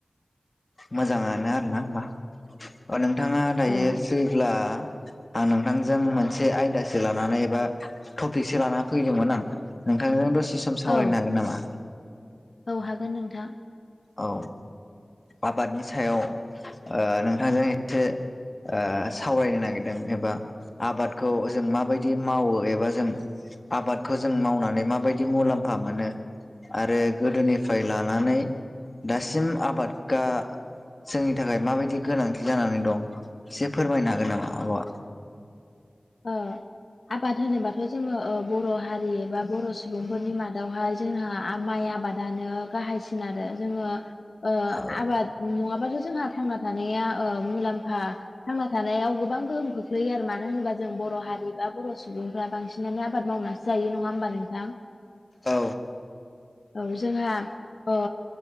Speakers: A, on the left; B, on the left.
A: मोजाङानो आरोना होमबा। अ नोंथाङा दायो
B: औ
A: फ्रिब्ला आं नोंथांजों मोनसे आयदासो लानानै एबा टपिकसो लानानै फैदोंमोन आं। नोंथांजों दसे सम सावरायनो
B: औ
A: हागोन नामा?
B: औ हागोन नोंथां।
A: औ आबादनि सायाव नोंथांजों एसे ओ सावरायनो नागिरदों एबा आबादखौ जों माबायदि मावो एबा जों आबादखौ जों मावनानै माबायदि मुलाम्फा मोनो। आरो गोदोनिफ्राय लानानै दासिम आबादगा जोंनि थाखाय माबायदि गोनांथि जानानै दं एसे फोरमायनो हागोन नामा आब'आ?
B: ओ आबाद होनोबाथ' जोङो बर' हारि बा बर' सुबुंफोरनि मादावहाय जोंहा माइ आबादानो गाहायसिन आरो जोङो ओ
A: औ
B: आबाद नङाबाथ' जोंहा थांना थानाया ओ मुलाम्फा थांना थानायाव गोबां गोहोम खोख्लैयो आरो मानो होनोबा ज जों बर' हारि बा बर' सुबुंफ्रा बांसिनानो आबाद मावना जायो नङा होमबा नोंथां
A: औ
B: औ जोंहा ओ